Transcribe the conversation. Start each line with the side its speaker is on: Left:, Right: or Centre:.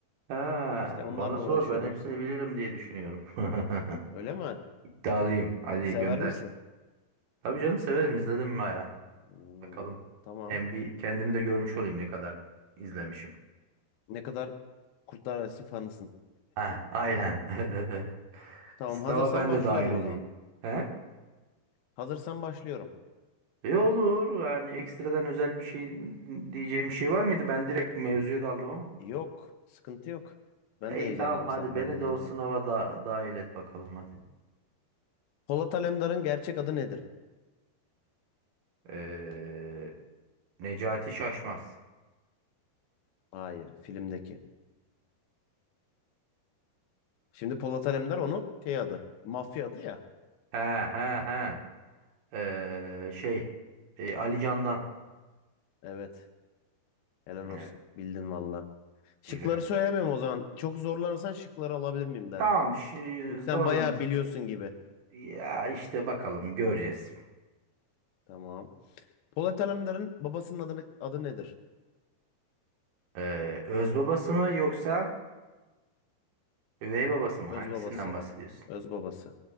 Right: Ha,
Left: İşte onlarla
Right: bana sor
Left: uğraşıyordum.
Right: ben hepsini bilirim diye düşünüyorum. <laughs>
Left: Öyle mi?
Right: İddialıyım. Hadi
Left: Sever
Right: gönder.
Left: misin?
Right: Tabii canım severim izledim baya.
Left: Hmm,
Right: Bakalım.
Left: tamam.
Right: Hem bir kendimi de görmüş olayım ne kadar izlemişim.
Left: Ne kadar Kurtlar Vadisi fanısın?
Right: Ha, aynen. <laughs>
Left: Tamam.
Right: Sınava
Left: Hazırsan
Right: ben
Left: başlıyorum
Right: de dahil olayım.
Left: o zaman.
Right: He?
Left: Hazırsan başlıyorum.
Right: E olur. Yani ekstradan özel bir şey diyeceğim bir şey var mıydı? Ben direkt mevzuya daldım ama.
Left: Yok. Sıkıntı yok. Ben
Right: İyi
Left: de heyecanlandım
Right: tamam hadi
Left: sen
Right: beni
Left: böyle deyince.
Right: de o sınava da dahil et bakalım hadi.
Left: Polat Alemdar'ın gerçek adı nedir?
Right: Ee, Necati Şaşmaz.
Left: Hayır, filmdeki. Şimdi Polat Alemdar onun şey adı. Mafya adı ya.
Right: He he he. Ee, şey. e, Ali Can'dan.
Left: Evet. Helal olsun.
Right: Evet
Left: Bildin valla. Şıkları
Right: bilirim.
Left: söylemiyorum o zaman. Çok zorlanırsan şıkları alabilir miyim dersin.
Right: Tamam şi,
Left: Çünkü sen
Right: zorlanırsam.
Left: bayağı biliyorsun gibi.
Right: Ya işte bakalım göreceğiz.
Left: Tamam. Polat Alemdar'ın babasının adı, adı nedir?
Right: Ee, öz babası mı yoksa üvey babası mı?
Left: Öz
Right: Hangisinden
Left: babası.
Right: bahsediyorsun?
Left: Öz babası.